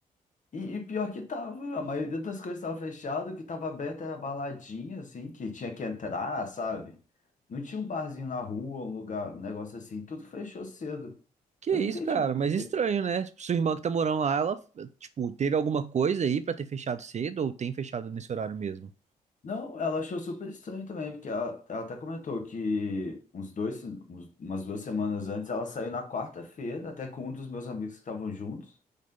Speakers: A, on the left; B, on the right.
A: E, e pior que tava, a maioria das coisas tava fechado, o que tava aberto era baladinha, assim, que tinha que entrar, sabe? Não tinha um barzinho na rua, um lugar, um negócio assim, tudo fechou cedo.
B: Que
A: Eu
B: isso,
A: não entendi
B: cara,
A: por
B: mas estranho,
A: quê.
B: né? Sua irmã que tá morando lá, ela, tipo, teve alguma coisa aí pra ter fechado cedo ou tem fechado nesse horário mesmo?
A: Não, ela achou super estranho também, porque ela, ela até comentou que uns dois, uns- umas duas semanas antes, ela saiu na quarta-feira, até com um dos meus amigos que estavam juntos.